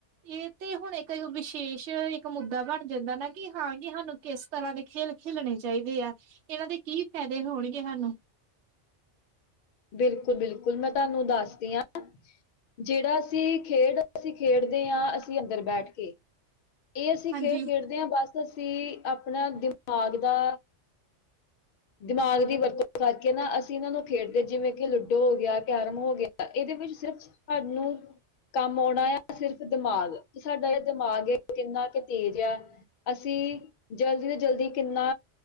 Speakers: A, on the right; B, on the left.
A: ਇਹ ਤੇ ਹੁਣ ਇੱਕ ਵਿਸ਼ੇਸ਼ ਇੱਕ ਮੁੱਦਾ ਬਣ ਜਾਂਦਾ ਨਾ ਕਿ ਹਾਂ ਕਿ ਸਾਨੂੰ ਕਿਸ ਤਰ੍ਹਾਂ ਦੇ ਖੇਲ ਖੇਲਣੇ ਚਾਹੀਦੇ ਆ, ਇਹਨਾਂ ਦੇ ਕੀ ਫਾਇਦੇ ਹੋਣਗੇ ਸਾਨੂੰ।
B: ਬਿਲਕੁਲ, ਬਿਲਕੁਲ ਮੈਂ ਤੁਹਾਨੂੰ ਦੱਸਦੀ ਹਾਂ ਜਿਹੜਾ ਅਸੀਂ, ਖੇਡ ਅਸੀਂ ਖੇਡਦੇ ਹਾਂ ਅਸੀਂ ਅੰਦਰ ਬੈਠ ਕੇ ਇਹ ਅਸੀਂ
A: ਹਾਂਜੀ
B: ਖੇਡ ਖੇਡਦੇ ਹਾਂ ਬਸ ਅਸੀਂ ਆਪਣਾ ਦਿਮਾਗ ਦਾ ਦਿਮਾਗ ਦੀ ਵਰਤੋਂ ਕਰਕੇ ਨਾ ਅਸੀਂ ਇਹਨਾਂ ਨੂੰ ਖੇਡਦੇ ਜਿਵੇਂ ਕਿ ਲੂਡੋ ਹੋ ਗਿਆ, ਕੈਰਮ ਹੋ ਗਿਆ ਇਹਦੇ ਵਿੱਚ ਸਿਰਫ ਸਾਨੂੰ ਕੰਮ ਆਉਣਾ ਆ ਸਿਰਫ ਦਿਮਾਗ, ਕਿ ਸਾਡਾ ਜਿਹੜਾ ਦਿਮਾਗ ਹੈ ਕਿੰਨਾ ਕੇ ਤੇਜ਼ ਆ, ਅਸੀਂ ਜਲਦੀ ਤੋਂ ਜਲਦੀ ਕਿੰਨਾ